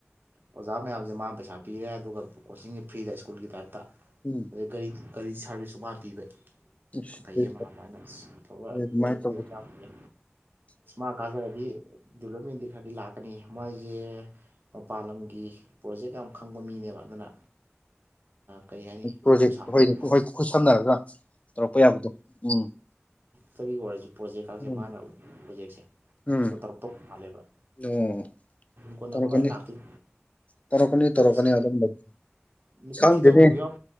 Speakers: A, on the right; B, on the left.
A: ꯑꯣꯖꯥ ꯃꯌꯥꯝꯁꯦ ꯃꯥꯅ ꯄꯩꯁꯥ ꯄꯤꯔꯦ ꯑꯗꯨꯒ ꯀꯣꯆꯤꯡꯁꯦ ꯐ꯭ꯔꯤꯗ ꯁ꯭ꯀꯨꯜꯒꯤ ꯇꯥꯏꯞꯇ
B: ꯎꯝ
A: ꯑꯩ ꯒꯥꯔꯤ ꯒꯥꯔꯤ ꯁꯥꯔꯚꯤꯁꯁꯨ ꯃꯥꯅ ꯄꯤꯕ
B: ꯏꯁ
A: ꯐꯩꯌꯦ ꯃꯍꯥꯛ ꯌꯥꯝꯅ ꯑꯐꯕꯥ
B: ꯑꯗꯨꯃꯥꯏꯅ
A: ꯀꯦꯟꯗꯤꯗꯦꯠ
B: ꯇꯧꯕꯗꯣ
A: ꯂꯛꯄꯗ ꯃꯥ ꯀꯥꯖꯔꯗꯤ ꯗꯤꯕꯂꯞꯃꯦꯟꯗꯤ ꯈꯔꯗꯤ ꯂꯥꯛꯀꯅꯤ ꯃꯥꯏꯁꯦ ꯃꯄꯥꯟ ꯂꯝꯒꯤ ꯄ꯭ꯔꯣꯖꯦꯛ ꯌꯥꯝ ꯈꯪꯕ ꯃꯤꯅꯦꯕ ꯑꯗꯨꯅ ꯀꯔꯤ ꯍꯥꯏꯅꯤ
B: ꯄ꯭ꯔꯣꯖꯦꯛꯇ
A: ꯌꯨꯝ ꯁꯥꯕꯒꯤ
B: ꯍꯣꯏ ꯍꯣꯏ ꯈꯨꯠꯁꯝꯅꯔꯒ ꯇꯧꯔꯛꯄ ꯌꯥꯕꯗꯣ ꯎꯝ
A: ꯇꯨꯒꯤ ꯋꯥꯔꯤꯖꯨ ꯄꯔꯣꯖꯦꯛ ꯀꯥꯖꯦ
B: ꯎꯝ
A: ꯃꯥꯅ ꯄ꯭ꯔꯣꯖꯦꯛꯁꯦ
B: ꯎꯝ
A: ꯇꯧꯔꯛꯇꯧ ꯃꯥꯥꯜꯂꯦꯕ
B: ꯑꯣ
A: ꯀꯣꯟꯅꯥ
B: ꯇꯧꯔꯛꯀꯅꯤ
A: ꯀꯃꯥꯏꯅ ꯂꯥꯛꯇꯣꯏ
B: ꯇꯧꯔꯛꯀꯅꯤ ꯇꯧꯔꯛꯀꯅꯤ
A: ꯑꯁ
B: ꯑꯗꯨ ꯒꯨꯝꯕꯗꯤ ꯑꯁ
A: ꯅꯨꯄꯤ
B: ꯈꯪꯗꯦꯅꯦ
A: ꯊꯤꯗꯕꯕꯨ ꯌꯥꯎ